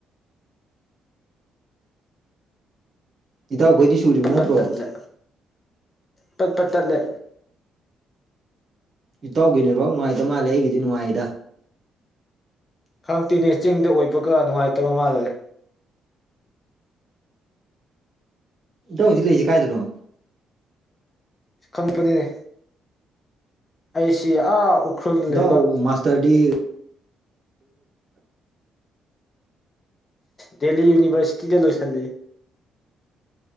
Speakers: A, on the right; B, on the left.
A: ꯏꯇꯥꯎꯈꯣꯏꯗꯤ ꯁꯨꯔꯤꯕ ꯅꯠꯇ꯭ꯔꯣ
B: ꯄ ꯇꯠꯂ ꯄꯄꯇꯂ
A: ꯏꯇꯥꯎꯒꯤ ꯅꯦꯠꯋꯥꯛ ꯅꯨꯡꯉꯥꯏꯇ ꯃꯥꯜꯂꯦ ꯑꯩꯒꯤꯗꯤ ꯅꯨꯡꯉꯥꯏꯌꯦꯗ
B: ꯈꯪꯗꯦꯅꯦ ꯆꯤꯡꯗ ꯑꯣꯏꯕꯒ ꯅꯨꯡꯉꯥꯏꯇꯕ ꯃꯥꯜꯂꯦ
A: ꯌꯥꯧꯁꯤꯛ ꯂꯩꯔꯤꯁꯤꯦ ꯀꯥꯏꯗꯅꯣ
B: ꯈꯪꯄꯅꯤꯅꯦ ꯑꯩꯁꯤ ꯑꯥ ꯎꯈ꯭ꯔꯨꯜꯗ
A: ꯗꯣ
B: ꯂꯩꯕ
A: ꯃꯥꯁꯇꯔꯗꯤ
B: ꯗꯦꯜꯂꯤ ꯌꯨꯅꯤꯚꯔꯁꯤꯇꯤꯗ ꯂꯣꯏ ꯆꯂꯤ